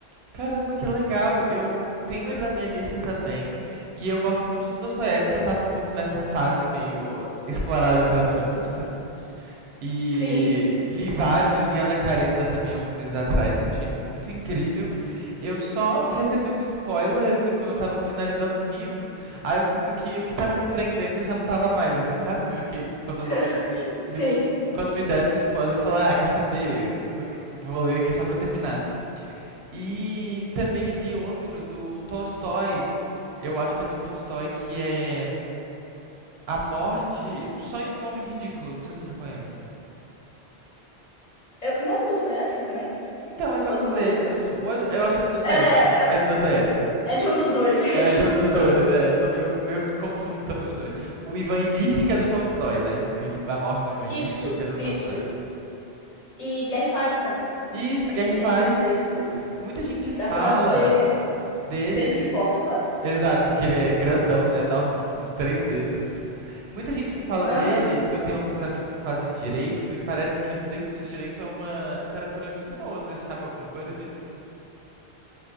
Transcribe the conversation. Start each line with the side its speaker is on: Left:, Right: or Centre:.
Right: Caramba, que legal. Eu tenho ele na minha lista também. E eu gosto muito do Dostoiévski, que eu tava um pouco nessa fase meio explorar a literatura russa. E
Left: Sim,
Right: li vários, eu li Ana Karenina também há uns meses atrás, que eu achei muito incrível. Eu só recebi um spoiler, assim, quando eu tava finalizando o livro. Aí eu sinto que o que tava me prendendo já não tava mais, assim, sabe? Meio que quando
Left: <laughs>
Right: eu-
Left: sim.
Right: me, quando me deram um spoiler, eu falei, ah, quer saber? Não- vou ler aqui só pra terminar. E também li outro do Tolstói, eu acho que é do Tolstói, que é A Morte, O Sonho de um Homem Ridículo, não sei se você conhece.
Left: Eu- não é do Dostoiévski também?
Right: Então, é de
Left: Ou
Right: algum
Left: eu tô maluca?
Right: deles. Ou é do- eu acho que é do Dostoiévski.
Left: É,
Right: É
Left: é,
Right: do Dostoiévski.
Left: é de um dos dois, <laughs>
Right: É
Left: é de
Right: de
Left: um dos
Right: um dos
Left: dois.
Right: dois, é. Eu tô meio, meio que confundo também os dois. O Ivan Ilitch, que é do Tolstói, né? O Iv- a morte do Ivan Ilitch,
Left: Isso,
Right: que é do
Left: isso.
Right: Tolstói.
Left: E Guerra e Paz também,
Right: Isso,
Left: aquele
Right: Guerra e
Left: que
Right: Paz.
Left: é gigantesco.
Right: Muita gente fala
Left: Dá pra ser
Right: dele.
Left: peso de porta quase.
Right: Exato, que ele é grandão, né? Enorme, uns três dedos. Muita gente me fala
Left: Aham.
Right: dele, porque eu tenho alguns amigos que fazem direito, e parece que dentro do direito é uma literatura muito boa. Você sabe alguma coisa disso?